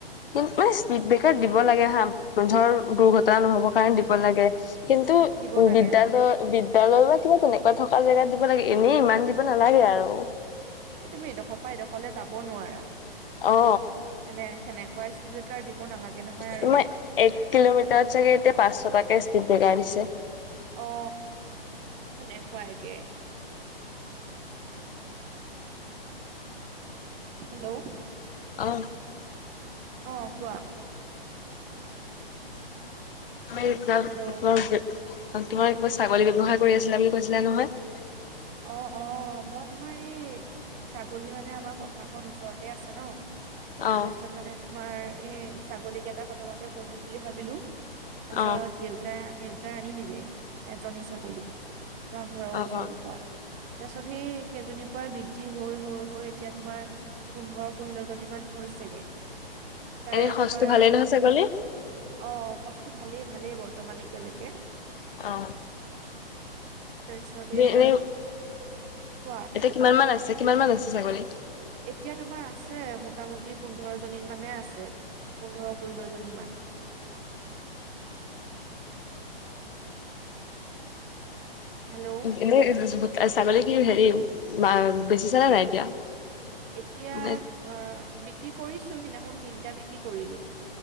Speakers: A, on the left; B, on the right.
A: কিন্তু স্পীড ব্ৰেকাৰ দিব লাগে হা ধৰ দুৰ্ঘটনা নহ'বৰ কাৰণে দিব লাগে কিন্তু
B: দিব লাগে
A: বিদ্যালয়
B: অ',
A: বিদ্যালয় বা কিবা তেনেকুৱা থকা জেগাত দিব লাগে এনেই ইমান দিব নালাগে আৰু
B: এ তুমি এড'খ পৰা এডখৰলে যাব নোৱাৰা
A: অ
B: সেনে সেনেকুৱা স্পীড ব্ৰেকাৰ দিব নালাগে নহয় আৰু
A: তোমাৰ এক কিলোমিটাৰত চাগে এতিয়া পাঁচ, ছটাকে স্পীড ব্ৰেকাৰ দিছে
B: অ সনেকুৱা একে হেল্ল'
A: অ
B: অ কোৱা
A: তোমাৰ কিবা
B: হেল্ল'
A: ছাগলী ব্যৱসায় কৰি আছিলা বুলি কৈছিলা নহয়
B: অ অ মই তোমাৰ এই ছাগলী মানে আমাৰ পথাৰখন ওচৰতে আছে ন
A: অ
B: তাৰপিছত মানে তোমাৰ এই ছাগলী কেইটা প্ৰথমতে পুহিম বুলি ভাবিলো তাৰপিছত
A: অ
B: দেউতা দেউতাই আনি দিলে এজনী ছাগলী আমা ঘৰৰ
A: অ
B: ওচৰৰ
A: অ
B: পৰা তাৰপিছত সেই কেইজনীৰ পৰাই বৃদ্ধি হৈ হৈ হৈ এতিয়া তোমাৰ পোন্ধৰ, ষোল্ল জনীমান হৈছেগে তাৰে
A: এনে সচটো
B: তোমাৰ
A: ভালেই নহয় ছাগলী
B: অ সচটো ভালেই ভালেই বৰ্তমান এতিয়ালৈকে
A: অ
B: তাৰপিছত এই
A: এনে
B: কোৱা
A: এতিয়া কিমান মান আছে, কিমান মান আছে ছাগলী
B: এতিয়া তোমাৰ আছে মোটামুটি পোন্ধৰ জনী মানে আছে পোন্ধৰ, ষোল্লজনী মান হেল্ল'
A: এনেই ছাগলী কি হেৰি মা বেছিচানে নাই এতিয়া
B: এতিয়া
A: মানে
B: অ বিক্ৰী কৰিছো সিইনাখন তিনটা বিক্ৰী কৰিলোঁ